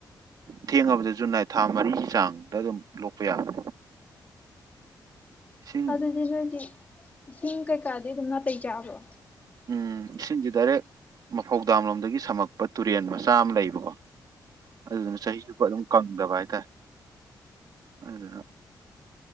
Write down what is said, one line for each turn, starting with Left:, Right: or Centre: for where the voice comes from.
Right: ꯊꯦꯡꯉꯕꯗ ꯖꯨꯟ ꯍꯥꯏ ꯊꯥ ꯃꯔꯤꯒꯤ ꯆꯥꯡꯗ ꯑꯗꯨꯝ ꯂꯣꯛꯄ ꯌꯥꯕꯅꯦ ꯏꯁꯤꯡ
Left: ꯑꯗꯨꯗꯤ ꯅꯣꯏꯗꯤ ꯏꯁꯤꯡ ꯀꯩꯀꯥꯗꯤ ꯑꯗꯨꯝ ꯅꯥꯇꯩ ꯆꯥꯕ꯭ꯔꯣ
Right: ꯎꯝ ꯏꯁꯤꯡꯁꯦ ꯗꯥꯏꯔꯦꯛ ꯃꯐꯧꯗꯥꯝꯂꯣꯝꯗꯒꯤ ꯁꯝꯃꯛꯄ ꯇꯨꯔꯦꯟ ꯃꯆꯥ ꯑꯃ ꯂꯩꯕꯀꯣ ꯑꯗꯨꯗꯨꯅ ꯆꯍꯤꯆꯨꯞꯄ ꯑꯗꯨꯝ ꯀꯪꯗꯕ ꯍꯥꯏꯇꯥꯔꯦ ꯑꯗꯨꯅ